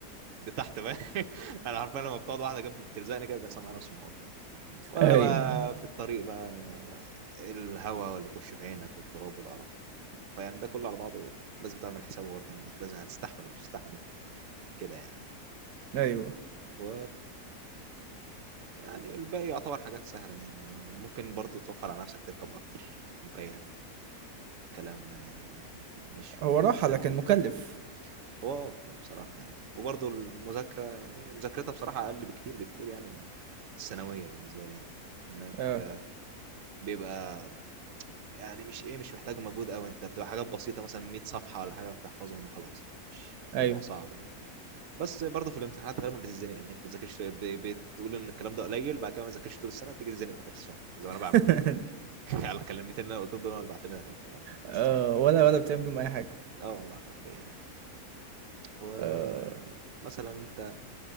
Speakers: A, on the right; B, on the right.
A: لتحت بقى <laughs> <applause> أنا عارفين لما بتقعد واحدة جنبي بتلزقني كده بيحصل معايا نفس الموضوع ولا
B: أيوه،
A: بقى في الطريق بقى الهواء واللي يخش في عينك والتراب والقرف فيعني ده كله على بعضه لازم تعمل حسابه برضه انك لازم هتستحمل مش هتستحمل كده يعني
B: أيوه.
A: و يعني الباقي يعتبر حاجات سهلة يعني لو ممكن برضه توفر على نفسك تركب قطر مكيف الكلام ده يعني ما- مش
B: هو
A: م-
B: راحة
A: مش لازم
B: لكن
A: تتعب
B: مُكلِّف.
A: يعني هو اه ف- بصراحة يعني وبرضه المذاكرة يعني مذاكرتها بصراحة أقل بكتير بكتير يعني من الثانوية بالنسبة لي يعني إنك
B: آه.
A: بيبقى يعني مش ايه مش محتاج مجهود قوي انت بتبقى حاجات بسيطه مثلا 100 صفحه ولا حاجه بتحفظهم وخلاص يعني مش مش موضوع
B: أيوه
A: صعب يعني بس برضه في الامتحانات غالبا بتتزنق انك بتذاكرش ب- بتقول ان الكلام ده قليل بعد كده ما تذاكرش طول السنه تيجي تتزنق في اخر الشهر زي ما انا بعمل
B: <laughs>
A: طبعا <laughs> على الكلمتين اللي أنا قلتهم دول انا اللي بعتمد عليهم بس
B: آه،
A: يعني
B: ولا ولا بتعمل بيهم أي حاجة
A: اه والله حرفيا يعني ومثلا
B: آه،
A: انت